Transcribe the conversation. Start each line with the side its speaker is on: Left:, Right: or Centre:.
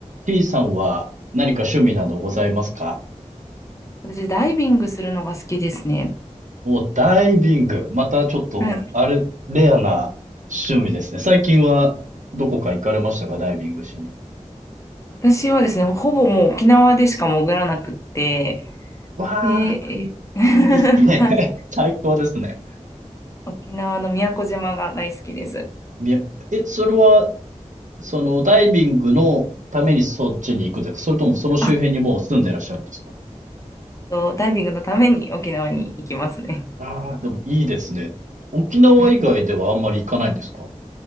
Right: T さんは何か趣味などございますか
Left: 私、ダイビングするのが好きですね。
Right: お、ダイビング。またちょっと、
Left: はい。
Right: あれ、レアな趣味ですね。最近はどこか行かれましたかダイビングしに。
Left: 私はですね、ほぼもう沖縄でしか潜らなくって、
Right: わあ、
Left: で、え <laughs>
Right: いいですね。
Left: はい
Right: <laughs> 最高ですね。
Left: 沖縄の宮古島が大好きです。
Right: みえ、それは、その、ダイビングのためにそっちに行くんですかそれともその周辺にもう住んでらっしゃるんですか
Left: あと、ダイビングのために沖縄に行きますね。
Right: ああー、でもいいですね。沖縄以外ではあんまり行かないんですか
Left: はい。